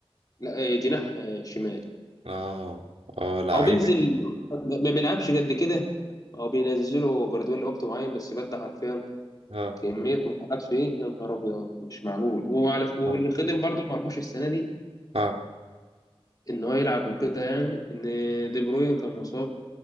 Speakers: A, on the left; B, on the right.
A: لا آه، جناح آه، شمال
B: اه اه لعيبي
A: هو بينزل ما بيلعبش قد كده هو بينزله جوارديولا لوقت معين بس الواد ده حرفيا
B: اه
A: كمية مهارات فيه يا نهار أبيض مش معقول وعلى واللي
B: اه
A: خدم برضه مرموش السنة دي
B: آه.
A: إن هو يلعب وكده يعني إن دي بروين كان مصاب